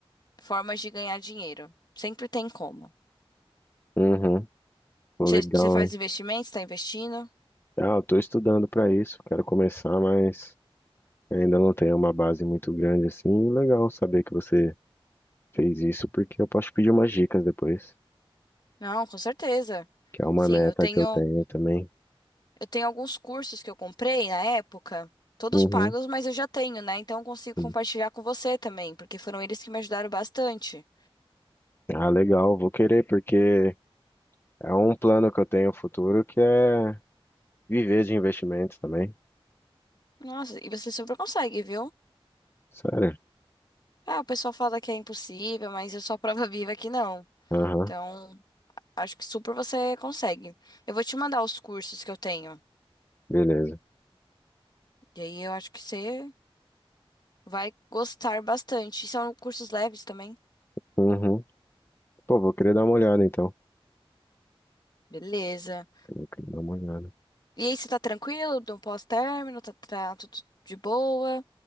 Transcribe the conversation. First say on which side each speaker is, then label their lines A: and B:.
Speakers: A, on the left; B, on the left.
A: formas de ganhar dinheiro. Sempre tem como.
B: Uhum. Legal,
A: Você você faz
B: hein?
A: investimentos, está investindo?
B: Ah, eu tô estudando pra isso. Quero começar, mas ainda não tenho uma base muito grande assim. Legal saber que você Fez isso porque eu posso pedir umas dicas depois,
A: Não, com certeza.
B: que é uma
A: Sim,
B: meta
A: eu tenho,
B: que eu tenho também.
A: eu tenho alguns cursos que eu comprei na época, todos
B: Uhum,
A: pagos, mas eu já tenho, né? Então eu consigo
B: sim.
A: compartilhar com você também, porque foram eles que me ajudaram bastante.
B: Ah, legal, vou querer porque é um plano que eu tenho futuro que é viver de investimentos também.
A: Nossa, e você super consegue, viu?
B: Sério?
A: Ah, o pessoal fala que é impossível, mas eu sou a prova <laughs> viva que não.
B: Aham,
A: Então, acho que super você consegue. Eu vou te mandar os cursos que eu tenho.
B: beleza.
A: E aí eu acho que você vai gostar bastante. E São cursos leves também.
B: Uhum. Pô, vou querer dar uma olhada então.
A: Beleza.
B: Vou querer dar uma olhada.
A: E aí, você tá tranquilo do pós-término? Tá, tá tudo de boa?